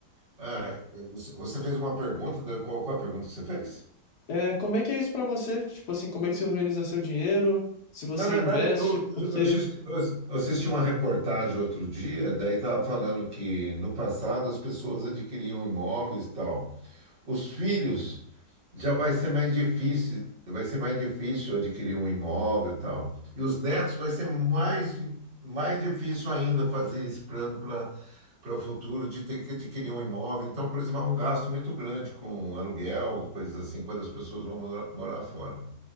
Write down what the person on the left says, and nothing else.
É, como é que é isso pra você? Tipo assim, como é que você organiza seu dinheiro? Se você
investe,
porque.